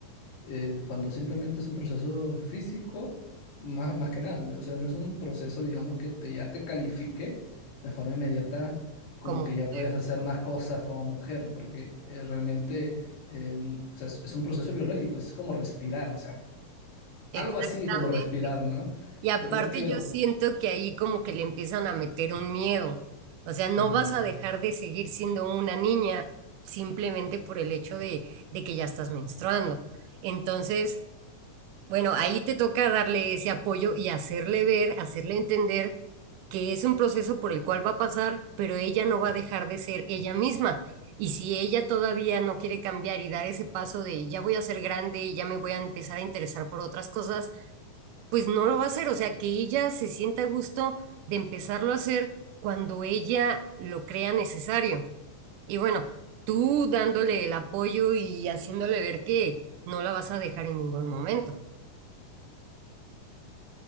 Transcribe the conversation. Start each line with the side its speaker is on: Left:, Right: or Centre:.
Left: eh, cuando simplemente es un proceso físico, más, más que nada, o sea, no es un proceso, digamos, que te, ya te califique de forma inmediata como
Right: Como
Left: que
Right: mujer.
Left: ya puedes hacer más cosas como mujer, porque eh, realmente eh, n- o sea, es, es un proceso biológico, es como respirar, o sea,
Right: Exactamente.
Left: algo así como respirar, ¿no?
Right: Y aparte
Left: Pero no quiero.
Right: yo siento que ahí como que le empiezan a meter un miedo. O sea, no
Left: Mm,
Right: vas a dejar de seguir siendo una niña simplemente por el hecho de, de que ya estás menstruando. Entonces, bueno, ahí te toca darle ese apoyo y hacerle ver, hacerle entender que es un proceso por el cual va a pasar, pero ella no va a dejar de ser ella misma. Y si ella todavía no quiere cambiar y dar ese paso de ya voy a ser grande, ya me voy a empezar a interesar por otras cosas, pues no lo va a hacer, o sea, que ella se sienta a gusto de empezarlo a hacer cuando ella lo crea necesario. Y bueno, tú dándole el apoyo y haciéndole ver que no la vas a dejar en ningún momento.